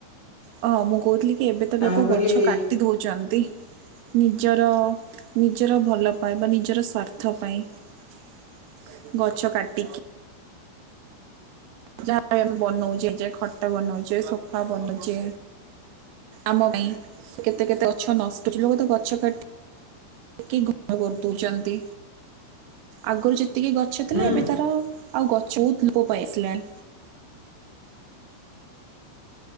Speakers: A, on the right (about 90°); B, on the left (about 35°).
A: ହଁ ମୁଁ କହୁଥିଲି କି ଏବେ ତ
B: ନା
A: ଲୋକ
B: ମୁଁ କହିଲି
A: ଗଛ କାଟି ଦଉଛନ୍ତି? ନିଜର ନିଜର ଭଲ ପାଏବା ନିଜର ସ୍ୱା ର୍ଥ ପାଇଁ ଗଛ କାଟିକି ଯାହା ଆମେ ବନଉଛେ ଖଟ ବନଉଛେ ସୋଫା ବନଉଛେ ଆମ ପାଇଁ କେତେ କେତେ ଗଛ ନ କିଛି ଲୋକ ତ ଗଛ କାଟିି ଘର କରିଦଉଛନ୍ତି। ଆଗରୁ ଯେତିକି ଗଛ ଥିଲା
B: ହୁଁ
A: ଏବେ ତାର ଆଉ ଗଛ ବହୁତ ଲୋପ ପାଇ ଆସିଲାଣି।